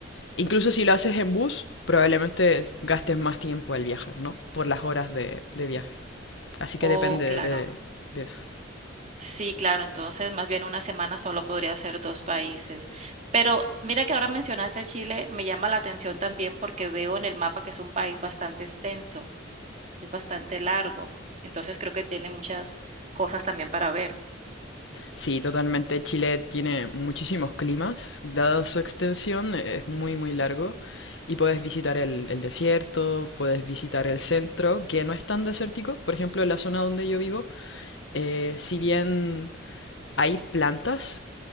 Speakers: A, on the left; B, on the right.
A: Incluso si lo haces en bus, probablemente gastes más tiempo al viajar, ¿no? Por las horas de, de viaje. Así que
B: Oh,
A: depende
B: claro.
A: de, de eso.
B: Sí, claro, entonces más bien una semana solo podría ser 2 países. Pero mira que ahora mencionaste Chile, me llama la atención también porque veo en el mapa que es un país bastante extenso. es bastante largo. Entonces creo que tiene muchas cosas también para ver.
A: Sí, totalmente. Chile tiene muchísimos climas. Dada su extensión, es muy, muy largo. Y puedes visitar el, el desierto, puedes visitar el centro, que no es tan desértico. Por ejemplo, en la zona donde yo vivo, eh, si bien hay plantas,